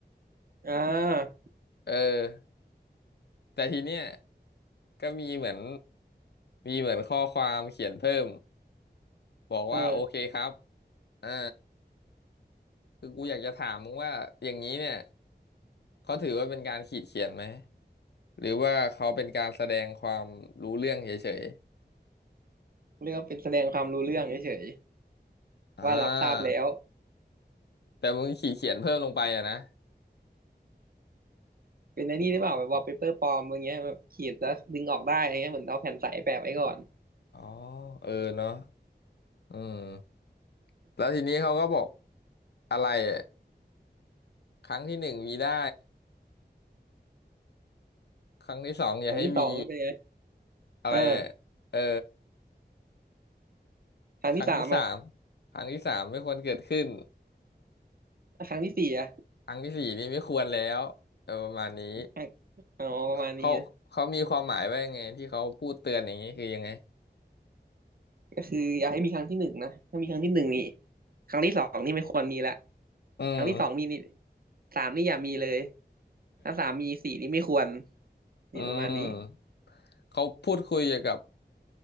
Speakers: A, on the right; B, on the left.
A: อ่า
B: เออแต่ทีเนี้ยก็มีเหมือนมีเหมือนข้อความเขียนเพิ่มบอกว่าโอเคครับ
A: เออ
B: อ่า คือกูอยากจะถามมึงว่าอย่างนี้เนี่ยเขาถือว่าเป็นการขีดเขียนไหมหรือว่าเขาเป็นการแสดงความรู้เรื่องเฉย
A: เรียกว่าเป็นแสดงความรู้เรื่องเฉย
B: ๆอ่า
A: ว่ารับทราบแล้ว
B: แต่มึงขีดเขียนเพิ่มลงไปอะนะ
A: เป็นไอ้นี่หรือเปล่าแบบวอลเปเปอร์ปลอมอะไรเงี้ยแบบขีดแล้วดึงออกได้อะไรเงี้ยเหมือนเอาแผ่นใสแปะไว้ก่อน
B: อ๋อเออเนาะอืมแล้วทีนี้เขาก็บอกอะไรอะครั้งที่หนึ่งมีได้ครั้งที่สองอย่าให้มี
A: ครั้งที่สองแล้วเป็นไง
B: อะไรอะเออ
A: อ่าครั้งที่สามอ่ะ
B: ครั้งที่สามครั้งที่สามไม่ควรเกิดขึ้น
A: ครั้งที่สี่อ่ะ
B: ครั้งที่สี่นี่ไม่ควรแล้วเออประมาณนี้
A: ครั้งอ๋อประมาณนี้นะ
B: เขาเขาเขามีความหมายว่ายังไงที่เขาพูดเตือนอย่างนี้คือยังไง
A: ก็คืออย่าให้มีครั้งที่หนึ่งนะถ้ามีครั้งที่หนึ่งนี่ครั้งที่สองนี่ไม่ควรมีละ
B: อืม
A: ครั้งที่สองมีนี่สามนี่อย่ามีเลยถ้าสามมีสี่นี่ไม่ควร
B: อืม
A: นี่ประมาณนี้
B: เขาพูดคุยเกี่ยวกับ